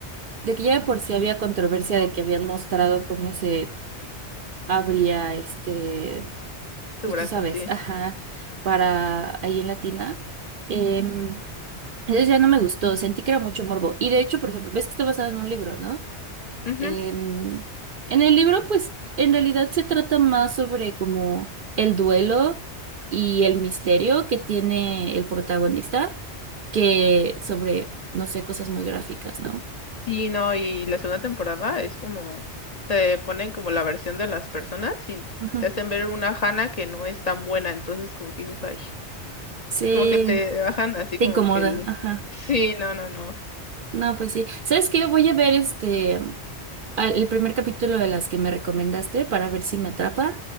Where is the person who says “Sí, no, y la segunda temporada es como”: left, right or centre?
Left